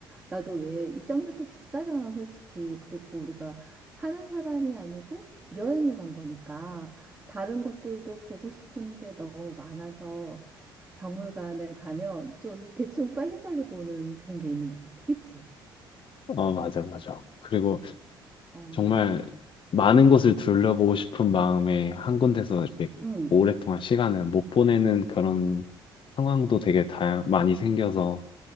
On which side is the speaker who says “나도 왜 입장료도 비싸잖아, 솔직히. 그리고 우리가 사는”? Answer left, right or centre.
Right